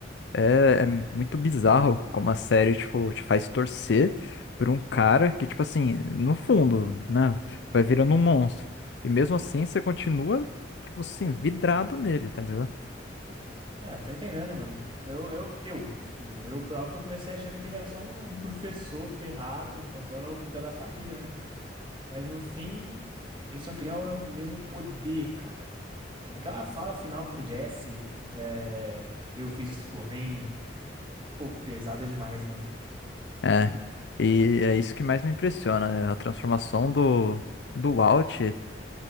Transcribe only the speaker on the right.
Ah, tô entendendo, mano. Eu, eu, eu, tipo, eu próprio comecei achando que ele era só um <laughs> professor ferrado tentando cuidar da família, né? Mas no fim, ele só queria o mesmo poder, cara. Aquela fala final pro Jesse, é, eu fiz isso por mim, pô, pesada demais, mano.